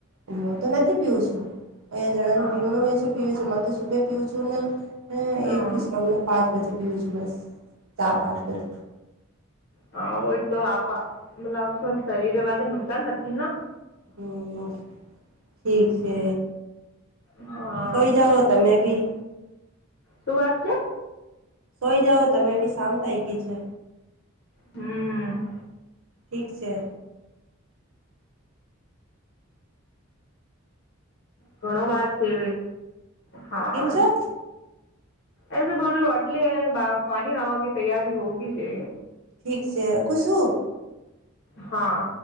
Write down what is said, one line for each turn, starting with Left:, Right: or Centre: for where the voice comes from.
Right: હું તો નથી પીઉું છું. અહીંયા જણાનું
Left: હા
Right: પીવનું હો છેું પીવે છે તો. શભે પીઉું છું ને.
Left: હા
Right: એક થી શામને પાંચ બજે. ી છું બસ. તારબદ બધું.
Left: હા! ભય તો આપ મતલ ખરીર વા નુકસાન નથી ના?
Right: હમ! ઠીક છે.
Left: હા
Right: સોઈ જાઓ તમે બી.
Left: શું વાત છે?
Right: સોઈ જાઓ તમે બી. શામ થઇ ગઈ છે.
Left: હમ!
Right: ઠીક છે.
Left: ઘણો વાત છે. હા
Right: કેમ છો
Left: એ બોલું. એટલે પાણી આવવા કે તૈયારી હોગી છે.
Right: ઠીક છે. રખું છું.
Left: હા!